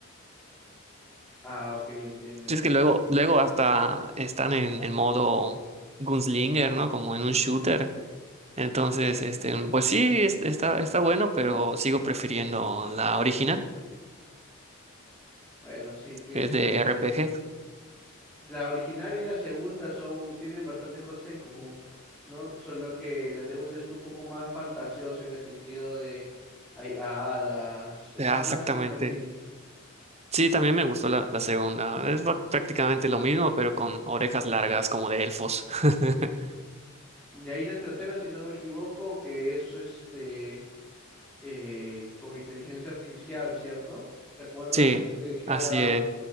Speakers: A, in the centre; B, on the right.
A: Ah, ok, entiendo, entiendo.
B: Sí, Es que luego, luego hasta están en, en modo gunslinger, ¿no? Como en un shooter Entonces, este, pues sí, es- está, está bueno, pero sigo prefiriendo la original,
A: Bueno, sí, tiene
B: que es
A: sentido.
B: de RPG.
A: La original y la segunda son, tienen bastantes cosas en común, ¿no? Solo que la segunda es un poco más fantasiosa en el sentido de hay hadas, es
B: Ah,
A: más
B: exactamente.
A: infantil.
B: Sí, también me gustó la, la segunda. Es ba- prácticamente lo mismo, pero con orejas largas como de elfos. <laughs>
A: De ahí la tercera, si no me equivoco, que es este eh, con inteligencia artificial, ¿cierto? ¿Te acuerdas?
B: Sí,
A: Este, queda,
B: así es.